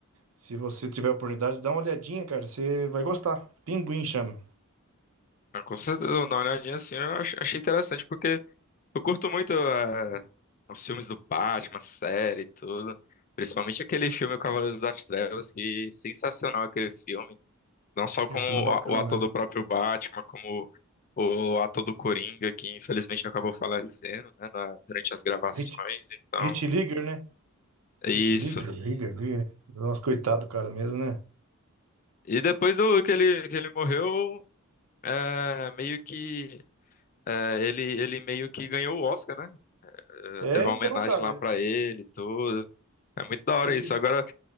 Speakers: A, on the right (about 75°); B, on the left (about 35°).
A: se você tiver a oportunidade, dá uma olhadinha, cara, você vai gostar. Pinguim chama.
B: Ah, Com certeza, eu vou dar uma olhadinha assim, eu ach- achei interessante, porque eu curto muito eh, os filmes do Batman, série e tudo. Principalmente aquele filme O Cavaleiro das Trevas, que sensacional aquele filme. Não só
A: Que
B: como
A: filme é bacana,
B: o o ator do
A: né?
B: próprio Batman, como o ator do Coringa, que infelizmente acabou falecendo, né, na- durante as gravações,
A: Hit,
B: então,
A: Hit Ligger, né?
B: é isso.
A: Hit Leader, Ligger, Isso. Ligger. Nossa, coitado do cara mesmo, né?
B: E depois do que ele, que ele morreu, é, meio que, é, ele, ele meio que ganhou o Oscar, né? É,
A: É,
B: teve uma
A: então,
B: homenagem
A: cara,
B: lá pra ele e tudo. É muito da hora
A: e
B: isso.
A: diz-
B: Agora,